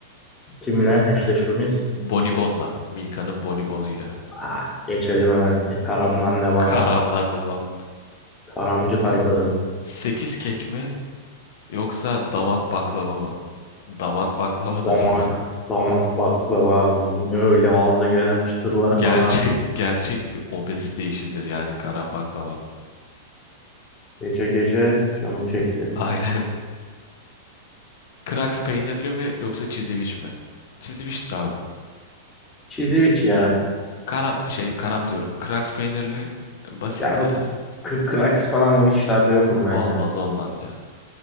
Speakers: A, on the left; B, on the left.
A: Kimle eşleşmemiz?
B: Bonibon'la. Milka'nın Bonibon'uyla.
A: Aa, geçelim hemen. E, karamdan devam.
B: Karamdan devam.
A: Karamcı tayfadanız.
B: 8 kek mi yoksa damak baklava mı? Damak baklavadır
A: Damak.
B: abi.
A: Damak baklava. Ne öyle ağza gelen çıtırlar
B: Gerçek
A: falan.
B: gerçek bir obezite işidir yani karam baklava.
A: Gece gece canım çekti.
B: <laughs> Aynen. Kraks peynirli mi yoksa çiziviç mi? Çiziviçtir abi.
A: Çiziviç ya.
B: Karam şey karam diyorum. Kraks peynirli basit
A: Ya
B: yani.
A: o k- Cracks falan o işlerde yokum ben
B: Olmaz
A: ya.
B: olmaz ya.